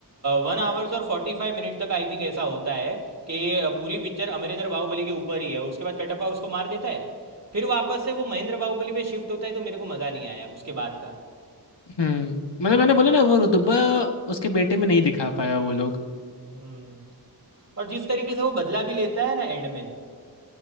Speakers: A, on the right (about 40°); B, on the left (about 80°).
A: वन आवर्स और फोर्टी फाइव मिनट तक आई थिंक ऐसा होता है कि पूरी पिक्चर अमरिंदर बाहुबली के ऊपर ही है उसके बाद कटप्पा उसको मार देता है फिर वापस से वो महेंद्र बाहुबली पे शिफ्ट होता है तो मेरे को मज़ा नहीं आया उसके बाद का
B: हम्म मतलब मैंने बोला ना वो रुतबा उसके बेटे में नहीं दिखा पाया वो लोग
A: हम्म और जिस तरीके से वो बदला भी लेता है ना एंड में